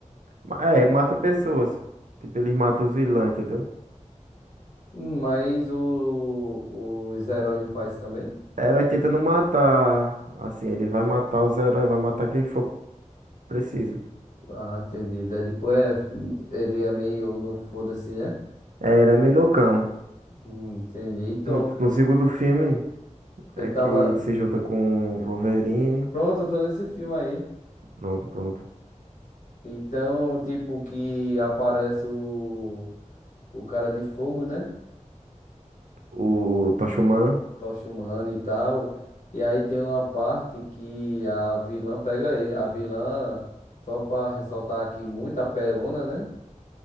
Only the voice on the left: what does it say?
Hum, Mas o, os heróis não faz também?
Ah, entendi. Deadpool é, ele é meio no foda-se, né?
Hum, Entendi. Então,
eu
tava.
Pronto, eu tô nesse filme aí.
Então, tipo, que aparece o, o cara de fogo, né?
Tocha humana e tal. E aí tem uma parte que a vilã pega ele. A vilã, só pra ressaltar aqui, muito apelona, né?